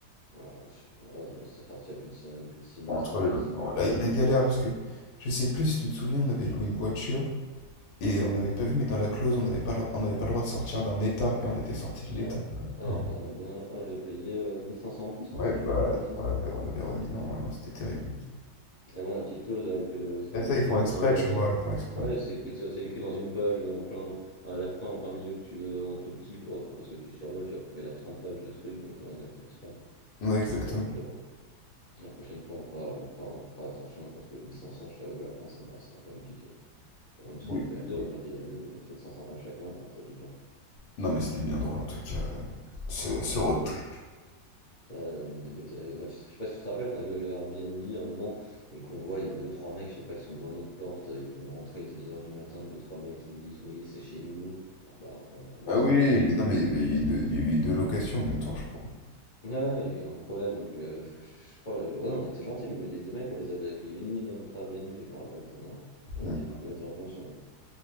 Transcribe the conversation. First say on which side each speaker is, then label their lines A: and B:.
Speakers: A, on the left; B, on the left.
A: ouais, je- ouais, on est- ça sortit à plus de, cin- plus de 6000
B: Entre
A: euh,
B: le-
A: 6000 euros.
B: la, la galère, parce que je sais plus si tu te souviens, on avait loué une voiture et on n'avait pas vu, mais dans la clause, on n'avait pas, le- on n'avait pas le droit de sortir d'un état et on était sorti de l'état.
A: Ouais, ouais,
B: Ah.
A: ouais, on a bien, je crois, j'ai payé euh, 1500 en plus, hein,
B: Ouais,
A: si je
B: bah
A: dis pas
B: là,
A: de bêtises.
B: on
A: hein.
B: l'avait, on l'avait remis dans. ouais, non, c'était terrible.
A: Et bon, la petite clause, là, avec le, ça
B: Et ça,
A: écrit
B: ils font
A: tout
B: exprès,
A: en bas.
B: tu
A: euh,
B: vois, ils font exprès.
A: Ouais, c'est écrit, ça, c'est écrit dans une page, euh, en plein, à la fin, en plein milieu, que tu, euh, en tout petit, pour, que- parce que tu survoles, tu vas pas lire 30 pages de trucs, donc, ouais, non, ils font exprès. hein.
B: Ouais, exactement.
A: Ah, écoute, la, pro- la prochaine fois, on fera, on fera, on fera attention, parce que 1500, je t'avoue, à la fin, ça m'a, ça m'a quand même piqué. hein. Bon, même si
B: Oui.
A: on l'a fait à deux,
B: oui.
A: on a payé à deux, mais bon, 750 chacun, euh, ça pique. hein.
B: Non, mais c'était bien drôle en tout cas, euh, ce, ce road
A: Ouais,
B: trip.
A: Ouais, on est des belles années. Bah, tu te- je sais pas si tu te rappelles, quand on est allé au Airbnb à un moment, et qu'on voit, il y a deux, trois mecs, je sais pas, qui sont devant notre porte, euh, ils ont rentré, il était deux heures du matin, deux, trois mecs qui nous disent, oui, c'est chez nous. Alors, bah, en fait, bah non,
B: Ah
A: c'était
B: oui,
A: chez nous,
B: mais non,
A: du
B: mais
A: coup.
B: il y avait eu deux, il y avait eu deux locations en même temps, je crois.
A: Ouais, il y a un problème, donc euh, je, je crois, euh, ouais, on était gentils, les deux mecs, on les avait accueillis une nuit dans notre Airbnb, je me rappelle tellement. On
B: Ouais.
A: était fous, on était inconscients.